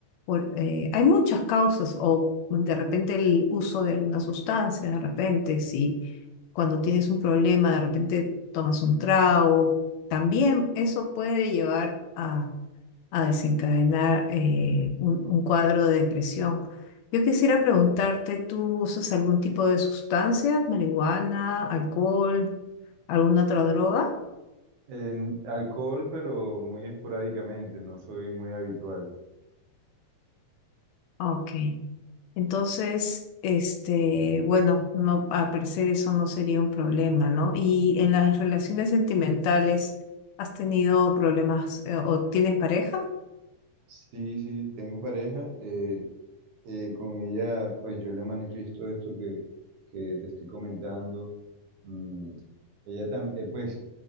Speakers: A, on the left; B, on the right.
A: Por, eh, hay muchas causas o de repente el uso de alguna sustancia, de repente si cuando tienes un problema de repente tomas un trago, también eso puede llevar a a desencadenar eh, un, un cuadro de depresión. Yo quisiera preguntarte, ¿tú usas algún tipo de sustancia, marihuana, alcohol, alguna otra droga?
B: En alcohol, pero muy esporádicamente, no soy muy habitual.
A: Ok. Entonces, este, bueno, no, al parecer eso no sería un problema, ¿no? Y en las relaciones sentimentales, ¿has tenido problemas eh, o tienes pareja?
B: Sí, sí, tengo pareja. eh, eh, con ella, pues yo le manifiesto esto que, que te estoy comentando. Mm, ella también, pues